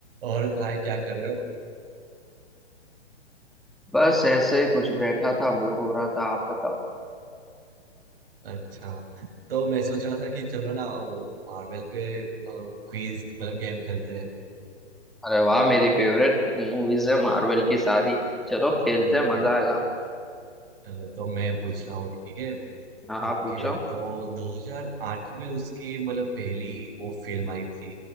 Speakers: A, on the right (about 55°); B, in the centre.
A: और भाई क्या कर रहे हो
B: बस ऐसे ही कुछ बैठा था बोर हो रहा था आप बताओ
A: अच्छा तो मैं सोच रहा था कि चलो ना वो मार्वल पे क्विज मतलब गेम खेलते हैं
B: अरे वाह मेरी फेवरेट मूवीज है मार्वल की सारी चलो
A: सही
B: खेलते हैं मजा
A: है
B: आएगा
A: चलो तो मैं पूछ रहा हूँ ठीक है
B: हाँ हाँ,
A: ओके
B: पूछो
A: तो 2008 में उसकी मतलब पहली वो फिल्म आई थी